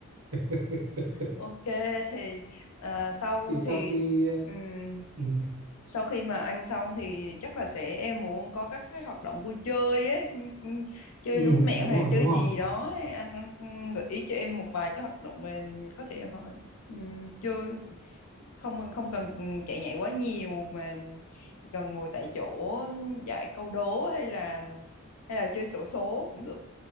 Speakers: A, on the right (about 80°); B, on the left (about 85°).
A: <laughs>
B: Ok thì ờ, sau
A: thì sau
B: thì
A: khi
B: ừm,
A: ừ,
B: sau khi mà ăn xong thì chắc là sẽ em muốn có các cái hoạt động vui chơi ấy, ừm, ừm, chơi
A: ừ,
B: đố mẹo
A: đúng
B: hay
A: rồi
B: là chơi
A: đúng
B: gì
A: rồi
B: đó ấy. Anh, anh ừm, gợi ý cho em một vài cái hoạt động mình có thể họ ừm, chơi không không cần ừm, chạy nhảy quá nhiều mà chỉ cần ngồi tại chỗ ừm, giải câu đố hay là hay là chơi xổ số cũng được.